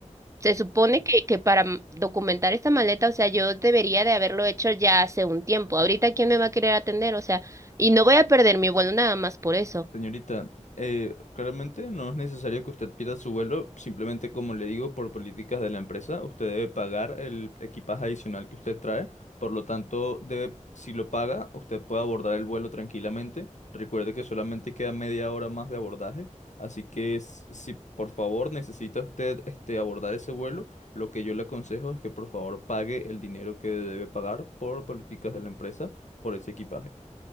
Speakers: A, on the right (about 25°); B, on the left (about 70°).
A: Se supone que, que para m- documentar esta maleta, o sea, yo debería de haberlo hecho ya hace un tiempo. Ahorita, ¿quién me va a querer atender? O sea, y no voy a perder mi vuelo nada más por eso.
B: Señorita, eh, claramente no es necesario que usted pierda su vuelo, simplemente como le digo, por políticas de la empresa, usted debe pagar el equipaje adicional que usted trae, por lo tanto, debe, si lo paga, usted puede abordar el vuelo tranquilamente. Recuerde que solamente queda media hora más de abordaje, así que s- si por favor necesita usted este, abordar ese vuelo, lo que yo le aconsejo es que por favor pague el dinero que debe pagar por políticas de la empresa por ese equipaje.